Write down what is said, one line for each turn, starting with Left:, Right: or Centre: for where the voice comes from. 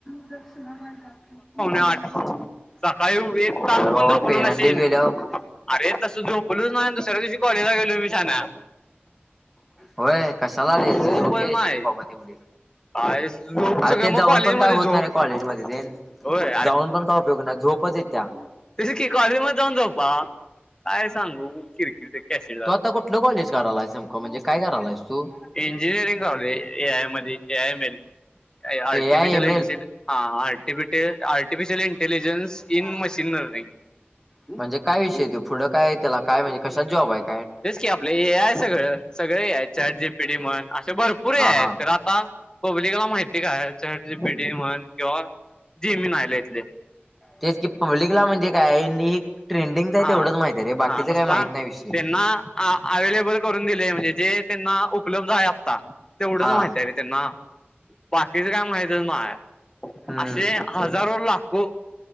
Centre: <inaudible>
Left: आठ सकाळी एक तास
Centre: होय बाबा
Left: पण झोपलो
Centre: पेलांडीव
Left: नाशीन
Centre: गेल्यावर
Left: अरे तसं झोपलूच नाही दुसऱ्या दिवशी कॉलेजला गेलो मी शाहाण्या.
Centre: होय कशाला द्यायच
Left: झोपच
Centre: झोप घ्यायची
Left: नाही
Centre: की बाबा तेवढी.
Left: काय झोप
Centre: अ
Left: सगळं
Centre: ते
Left: मग
Centre: जाऊन
Left: कॉलेजमध्ये
Centre: पण काय
Left: झोप
Centre: होतणारे कॉलेज मध्ये ते.
Left: होय
Centre: जाऊन पण काय उपयोग ना झोपच येतीया.
Left: तशी की कॉलेज मध्ये जाऊन झोपा काय सांगू. Cricket cassette.
Centre: तू आता कुठलं कॉलेज करायलायस नेमकं म्हणजे काय करायलायस तू?
Left: इंजिनीअरिंग कावली ए आय मध्ये ए आय मध्ये L artificial
Centre: A I M
Left: इंज
Centre: L
Left: artificial intelligence in machine learning.
Centre: म्हणजे काय विषय येत पुढं काय आहे त्याला काय म्हणे कशात जॉब आहेत?
Left: तेच की आपलं हे आहे सगळं, सगळे चट जी पी डी म्हण असे भरपूर आहेत.
Centre: हा हा
Left: आता पब्लिकला माहिती काय चॅट जी पी टी म्हण किंवा जेमीन आले इथले.
Centre: तेच की पब्लिकला म्हणजे काय ट्रेंडिंगच आहे
Left: हा
Centre: तेवढंच माहित आहे रे बाकीच
Left: हा नुसता
Centre: काही माहित नाही विषयी.
Left: त्यांना अवेलेबल करून दिले म्हणजे जे त्यांना उपलब्ध आहे आत्ता. तेवढंच
Centre: हा
Left: माहित आहे रे त्यांना बाकीचं काय माहितच म
Centre: हम्म
Left: असे हजारो लाखो